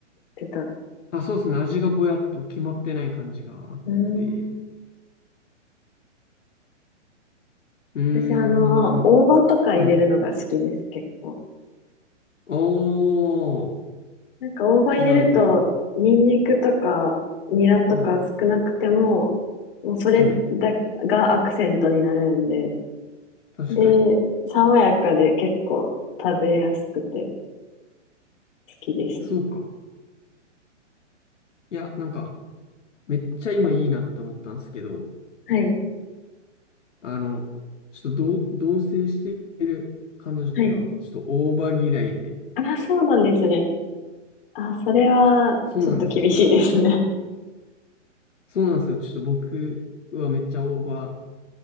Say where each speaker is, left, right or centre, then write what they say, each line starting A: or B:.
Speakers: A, on the left; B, on the left.
A: してた。う
B: あ、あ、そうですね。味がぼやっと決まってない感じがあって。
A: ーん。
B: うーん。
A: 私、あの、大葉とか入れるのが好きです、
B: はい。
A: 結構。
B: おー。
A: なんか大葉入れると、
B: 刻んで。
A: ニンニクとか、ニラとか少なくても、
B: はい。
A: もうそれだがアクセントになるんで、
B: はい。確かに。
A: で、爽やかで結構食べやすくて好きですね。
B: そうか。いや、なんか、めっちゃ今いいなって思ったんですけど、
A: はい。
B: あの、ちょっと同、同棲してる彼女が、
A: はい。
B: ちょっと大葉嫌いで。
A: あ、そうなんですね。あ、それはちょっと厳しいですね。
B: そうなんですよ。ちょっと。そうなんですよ。ちょっと僕はめっちゃ大葉、